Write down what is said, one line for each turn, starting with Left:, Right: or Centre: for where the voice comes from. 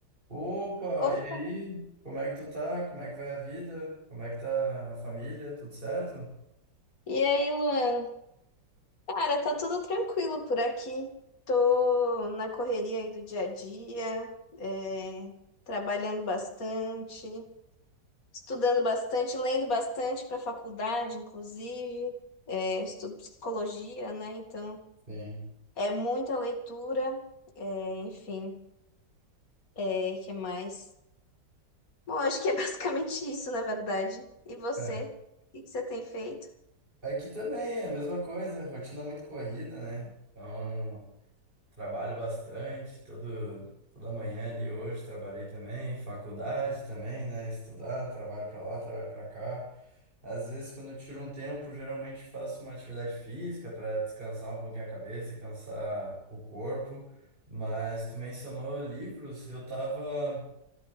Right: Opa,
Left: Opa,
Right: e aí? Como é que tu tá? Como é que vai a vida? Como é que tá a família? Tudo certo?
Left: e aí, Luan? Cara, tá tudo tranquilo por aqui. Tô na correria aí do dia a dia, é, trabalhando bastante, estudando bastante, lendo bastante para faculdade, inclusive. É, estudo psicologia, né? Então,
Right: Sim.
Left: é muita leitura, é, enfim, é, que mais? Bom, acho que é <laughs> basicamente isso, na verdade. E você?
Right: É.
Left: O que que você tem feito?
Right: Aqui também é a mesma coisa, rotina muito corrida, né? Então. Trabalho bastante, todo, toda manhã ali hoje trabalhei também, faculdade também, né? Estudar, trabalho pra lá, trabalho pra cá. Às vezes, quando eu tiro um tempo, geralmente faço uma atividade física pra descansar um pouquinho a cabeça e cansar o corpo. Mas tu mencionou livros, eu tava.